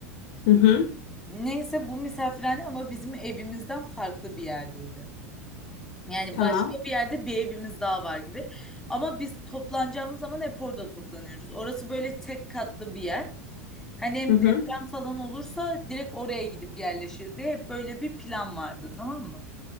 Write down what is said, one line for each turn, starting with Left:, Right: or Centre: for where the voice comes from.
Left: Hı hı.
Centre: Neyse bu misafirhane ama bizim evimizden farklı bir yerdeydi. Yani
Left: Tamam.
Centre: başka bir yerde bir evimiz daha var gibi. Ama biz toplanacağımız zaman hep orada toplanıyoruz. Orası böyle tek katlı bir yer. Hani hem
Left: Hı hı.
Centre: deprem falan olursa direkt oraya gidip yerleşiriz diye hep böyle bir plan vardı tamam mı?